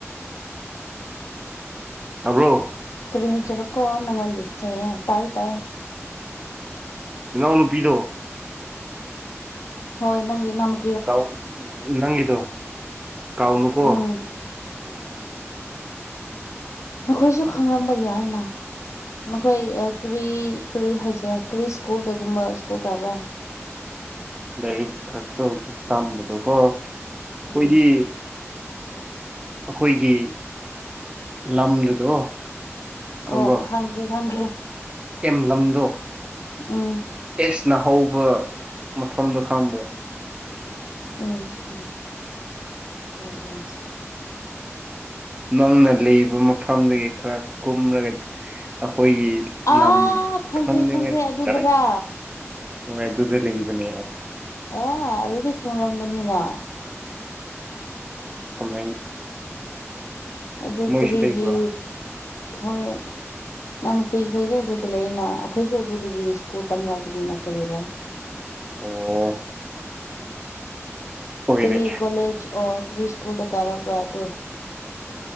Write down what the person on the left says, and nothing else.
ꯀꯔꯤꯍ ꯆꯔ ꯀꯣ ꯅꯪ ꯂꯤꯁꯦ ꯇꯥꯏ ꯇꯥꯏ
ꯍꯣꯏ ꯅꯪꯒꯤ ꯅꯅꯥꯎ
ꯎꯝ ꯅꯈꯣꯏꯁꯨ ꯈꯪꯂꯝꯝꯕ ꯌꯥꯏꯅ ꯃꯈꯣꯏ ꯀ꯭ꯔꯤ ꯀꯔꯤ ꯍꯥꯏꯁꯤꯔꯥ ꯀ꯭ꯔꯤ ꯁ꯭ꯀꯨꯜꯗꯒꯨꯝꯕ ꯁ꯭ꯀꯨꯜ ꯀꯥꯕ꯭ꯔꯥ
ꯎꯝ
ꯑꯣ ꯑꯣ ꯈꯪꯈ꯭ꯔꯦ ꯈꯪꯈ꯭ꯔꯦ
ꯎꯝ
ꯑꯦꯁ <unintelligible> <inaudible>
ꯑꯥ
ꯈꯪꯈ꯭ꯔꯦ
ꯈꯪꯈ꯭ꯔꯦ ꯑꯗꯨꯗꯔ
ꯑ ꯑꯗꯨꯗꯤ ꯈꯪꯔꯝꯒꯅꯤꯅ
ꯑꯗꯨ
ꯀꯔꯤꯒꯤ
ꯍꯣꯏ <unintelligible> ꯑꯗꯨꯗ ꯂꯩꯅ ꯑꯩꯈꯣꯏꯁꯨ ꯑꯗꯨꯗꯒꯤ ꯁ꯭ꯀꯨꯜ ꯇꯝꯅꯔꯛꯑꯄꯅꯤꯅ ꯀꯔꯤꯔꯥ
ꯀꯔꯤ ꯀꯣꯂꯦꯖ ꯑꯣꯔ ꯀ꯭ꯔꯤ ꯁ꯭ꯀꯨꯜꯗ ꯀꯥꯔꯛꯄ꯭ꯔꯥ ꯑꯗꯨꯒ